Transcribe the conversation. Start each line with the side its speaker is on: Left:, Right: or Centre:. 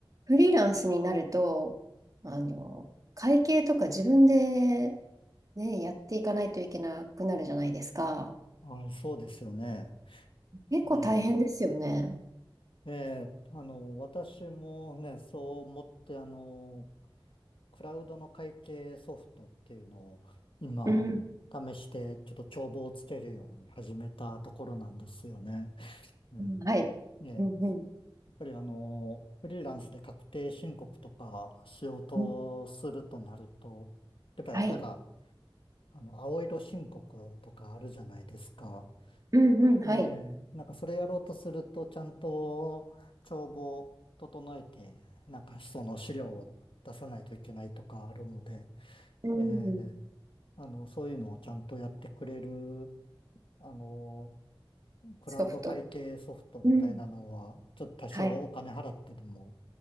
Right: フリーランスになると、あの、会計とか自分でね、やっていかないといけなくなるじゃないですか。
Left: はい、そうですよね。
Right: 結構大変ですよね。
Left: ねええあの、私もね、そう思って、あの、クラウドの会計ソフトっていうのを今、
Right: うん、
Left: 試して、ちょっと帳簿をつけるように始めたところなんですよね。うん。
Right: うんはい。
Left: ね、
Right: うんうん。
Left: やっぱりあの、フリーランスで確定申告とかしようとするとなると、
Right: うん、
Left: やっぱりなんか、
Right: はい。
Left: あの、青色申告とかあるじゃないですか。
Right: うん、うん、はい。
Left: ええ、なんかそれやろうとすると、ちゃんと帳簿を整えて、なんかその資料を出さないといけないとかあるので、
Right: うん、
Left: ええ、あの、そういうのをちゃんとやってくれる、あの、クラウド会計ソフトみたいなのは、
Right: ソフト。うん、
Left: ちょっと多少お金払ってでも
Right: はい。